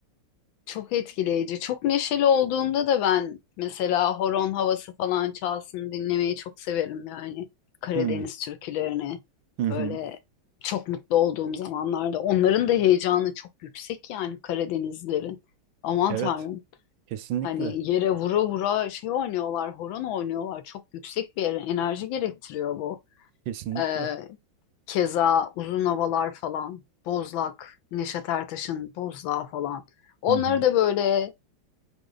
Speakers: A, on the left (about 75°); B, on the right (about 75°).
A: Çok etkileyici. Çok neşeli olduğumda da ben mesela horon havası falan çalsın dinlemeyi çok severim yani. Karadeniz
B: Hı
A: türkülerini
B: hı hı.
A: böyle çok mutlu olduğum zamanlarda. Onların da heyecanı çok yüksek yani Karadenizlerin. Aman
B: Evet,
A: Tanrım.
B: kesinlikle.
A: Hani yere vura vura şey oynuyorlar, horon oynuyorlar. Çok yüksek bir enerji gerektiriyor bu.
B: Kesinlikle.
A: Ee, keza uzun havalar falan. Bozlak, Neşet Ertaş'ın Bozdağ falan. Onları
B: Hı hı.
A: da böyle